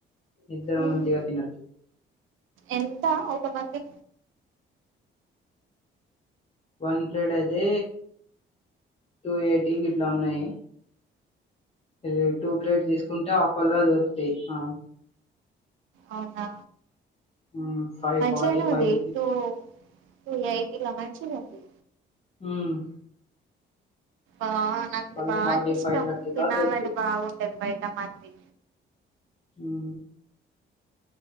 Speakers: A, on the left; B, on the right.
A: ఇద్దరు
B: ఉమ్,
A: మంచిగా తినోచ్చు.
B: ఎంత ఒక మండి.
A: వన్ ప్లేట్ అయితే టూ ఎయిటీ ఇట్లా ఉన్నాయి. ఇది టూ ప్లేట్స్ తీసుకుంటే ఆఫ్. పల్ల దొరుకుతాయి ఆహ్.
B: అవునా
A: ఉమ్ ఫైవ్
B: మంచిగానే
A: ఫార్టీ ఫైవ్
B: ఉంది టూ టూ యాయిటిల మంచిగా ఉంది
A: ఉమ్
B: ఆహ్ నాకు ఇది
A: ఫైవ్
B: బాగా
A: ఫార్టీ
B: ఇష్టం
A: ఫైవ్ థర్టీ
B: తినాలని
A: లా దొరుకుతాయి
B: బాగుంటది బయట మది.
A: ఉమ్